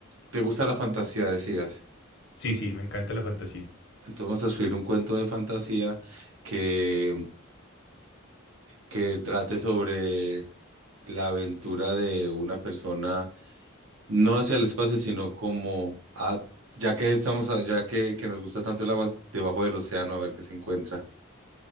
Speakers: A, on the right; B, on the left.
A: ¿Te gusta la fantasía, decías?
B: Sí, sí, me encanta la fantasía.
A: Entonces vamos a escribir un cuento de fantasía que, que trate sobre la aventura de una persona, no hacia el espacio, sino como a, ya que estamos, a- ya que, que nos gusta tanto el agua, debajo del océano, a ver qué se encuentra.